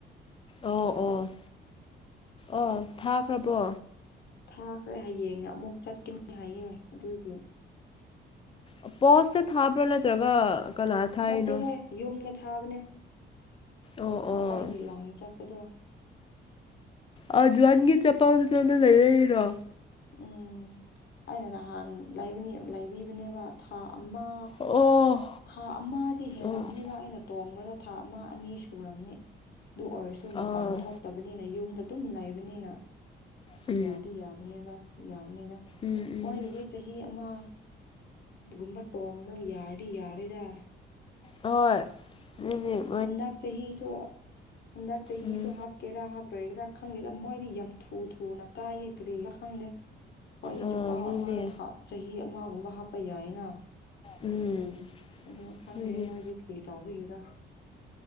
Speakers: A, on the left; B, on the left.
A: ꯑꯣ ꯑꯣ ꯑꯣ ꯊꯥꯈ꯭ꯔꯕꯣ
B: ꯊꯥꯈ꯭ꯔꯦ ꯍꯌꯦꯡꯅꯦ ꯑꯃꯨꯛ ꯆꯠꯀꯅꯤ ꯍꯥꯏꯌꯦ ꯑꯗꯨꯒꯤ
A: ꯑꯄꯣꯁꯇ ꯊꯥꯕ꯭ꯔꯥ ꯅꯠꯇ꯭ꯔꯒ ꯀꯅꯥ ꯊꯥꯏꯅꯣ
B: ꯅꯠꯇꯦꯍꯦ ꯌꯨꯝꯗ ꯊꯥꯕꯅꯦ
A: ꯑꯣ ꯑꯣ
B: ꯑꯈꯣꯏꯒꯤ ꯂꯥꯏꯟ ꯆꯠꯄꯗꯣ
A: ꯑ ꯖꯨꯋꯥꯟꯒꯤ ꯆꯄꯥꯎꯗꯨꯗ ꯅꯪꯅ ꯂꯩꯔꯛꯏꯔꯣ
B: ꯎꯝ ꯑꯩꯅ ꯅꯍꯥꯟ ꯂꯩꯕꯅꯤ ꯂꯩꯕꯤꯕꯅꯤꯕ ꯊꯥ ꯑꯃ
A: ꯑꯣ
B: ꯊꯥ ꯑꯃꯗꯤ ꯍꯦꯜꯂꯝꯅꯤꯕ
A: ꯑꯣ
B: ꯑꯩꯅ ꯇꯣꯡꯕꯗꯣ ꯊꯥ ꯑꯃ ꯑꯅꯤ ꯁꯨꯔꯝꯅꯤ ꯑꯗꯨ ꯑꯣꯏꯔꯁꯨ ꯗꯨ
A: ꯑꯥ
B: ꯃꯄꯥꯟ ꯊꯣꯛꯇꯕꯅꯤꯅ ꯌꯨꯝꯗ ꯑꯗꯨꯝ ꯂꯩꯕꯅꯤꯅ
A: ꯎꯝ
B: ꯌꯥꯗꯤ ꯌꯥꯕꯅꯦꯕ ꯌꯥꯕꯅꯤꯗ
A: ꯎꯝ ꯎꯝ
B: ꯃꯣꯏꯒꯤꯗꯤ ꯆꯍꯤ ꯑꯃ ꯒꯨꯝꯕ ꯇꯣꯡꯕ ꯌꯥꯔꯗꯤ ꯌꯥꯔꯦꯗ
A: ꯑꯣꯏ ꯑꯗꯨꯒꯤ
B: ꯍꯟꯗꯛ ꯆꯍꯤꯁꯨ ꯍꯟꯗꯛ ꯆꯍꯤꯁꯨ
A: ꯎꯝ
B: ꯍꯥꯞ ꯀꯦꯔꯥ ꯍꯥꯞꯄꯔꯣꯏꯒꯦꯔꯥ ꯈꯪꯗꯦꯗ ꯃꯣꯏꯗꯤ ꯌꯥꯝ ꯊꯨ ꯊꯨꯅ ꯀꯥꯏꯌꯦ ꯀ꯭ꯔꯤꯔ ꯈꯪꯗꯦ ꯍꯣꯏꯒꯤ
A: ꯑꯥ
B: ꯆꯄꯥꯎ
A: ꯑꯗꯨꯅꯦ
B: ꯑꯃꯗ ꯊꯥ ꯆꯍꯤ ꯑꯃꯒꯨꯝꯕ ꯍꯥꯞꯄ ꯌꯥꯏꯌꯦꯅ
A: ꯎꯝ
B: ꯑꯗꯣ ꯈꯪꯗꯦ
A: ꯑꯗꯨꯅꯦ
B: ꯃꯣꯏꯗꯤ ꯀꯔꯤ ꯇꯥꯎꯕꯒꯤꯔꯥ